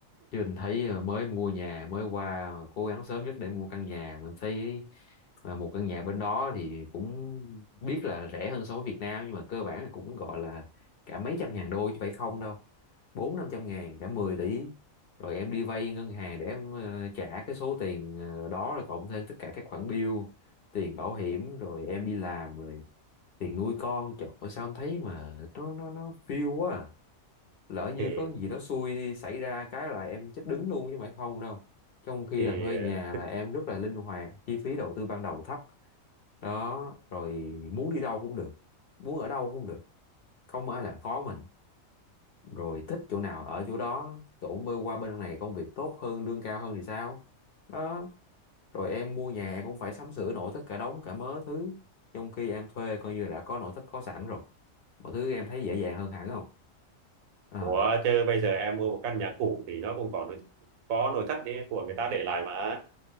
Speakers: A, on the left; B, on the right.
A: chứ anh thấy ờ, mới mua nhà mới qua mà cố gắng sớm nhất để mua căn nhà mình thấy ờ, một căn nhà bên đó thì cũng biết là rẻ hơn so với Việt Nam nhưng mà cơ bản là cũng gọi là cả mấy trăm ngàn đô chứ phải không đâu bốn năm trăm ngàn cả 10 tỷ rồi em đi vay ngân hàng để em ờ, trả cái số tiền ờ, đó rồi cộng thêm tất cả các khoản bill tiền bảo hiểm rồi em đi làm rồi tiền nuôi con trời ơi sao em thấy mà nó nó nó phiêu quá à. lỡ như
B: thì
A: có gì đó xui xảy ra cái là em chết đứng luôn chứ phải không đâu trong khi
B: thì
A: là thuê nhà là em rất là linh hoạt chi phí đầu tư ban đầu thấp đó rồi muốn đi đâu cũng được muốn ở đâu cũng được không ai làm khó mình rồi thích chỗ nào ở chỗ đó chỗ mơ qua bên này công việc tốt hơn lương cao hơn thì sao đó rồi em mua nhà em cũng phải sắm sửa nội thất cả đống cả mớ thứ trong khi em thuê coi như đã có nội thất có sẵn rồi mọi thứ em thấy dễ dàng hơn hẳn không à,
B: của chơi bây giờ em mua một căn nhà cũ thì nó cũng còn nội- có nội thất đấy của người ta để lại mà